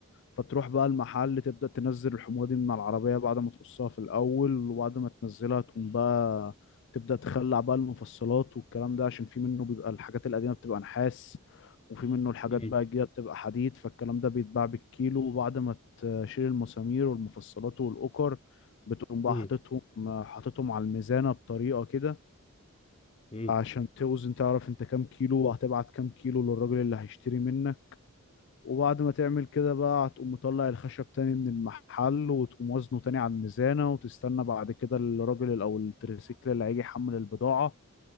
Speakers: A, on the left; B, on the left.
A: فتروح بقى المحل تبدأ تنزل الحموضة دي من على العربية بعد ما تقصها في الأول وبعد ما تنزلها تقوم بقى تبدأ تخلع بقى المفصلات والكلام ده عشان في منه بيبقى الحاجات القديمة بتبقى نحاس وفي منه الحاجات
B: مم.
A: بقى الجديدة بتبقى حديد فالكلام ده بيتباع بالكيلو وبعد ما تشيل المسامير والمفصلات والأكر بتقوم بقى
B: مم.
A: حاططهم حاططهم على الميزانة بطريقة كده
B: مم.
A: عشان توزن تعرف انت كام كيلو وهتبعت كام كيلو للراجل اللي هيشتري منك وبعد ما تعمل كده بقى هتقوم مطلع الخشب تاني من المحل وتقوم وزنه تاني على الميزانة وتستنى بعد كده الراجل أو التريسيكل اللي هيجي يحمل البضاعة